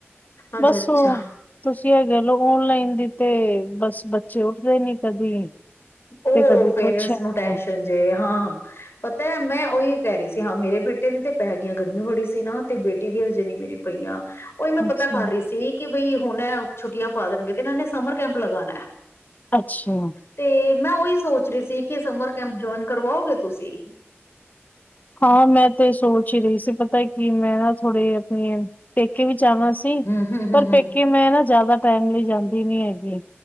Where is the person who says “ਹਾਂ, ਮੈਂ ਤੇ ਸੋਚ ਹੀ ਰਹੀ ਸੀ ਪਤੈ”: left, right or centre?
Left